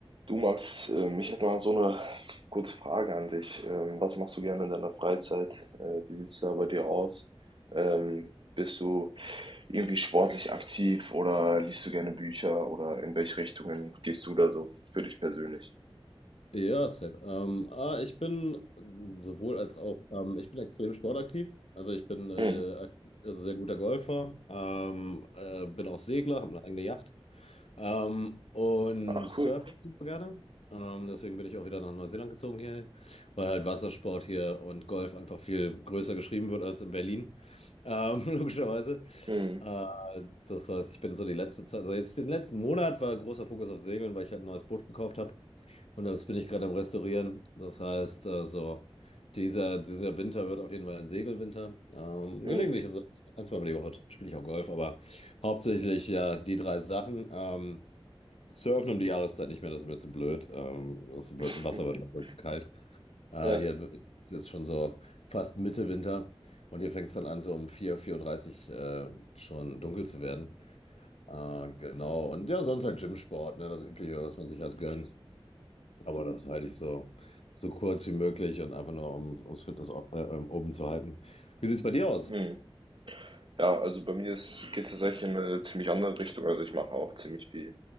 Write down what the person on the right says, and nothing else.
Du Max, ähm, ich hätte mal so eine kurze Frage an dich. Ähm, Was machst du gerne in deiner Freizeit? Äh, Wie sieht es da bei dir aus? Ähm, Bist du irgendwie sportlich aktiv oder liest du gerne Bücher oder in welche Richtungen gehst du da so für dich persönlich?
Mhm.
Ach,
cool.
Mhm.
Mhm.
<laughs>
Ja.
Mhm. Ja, also bei mir geht es tatsächlich in eine ziemlich andere Richtung. Also ich mache auch ziemlich viel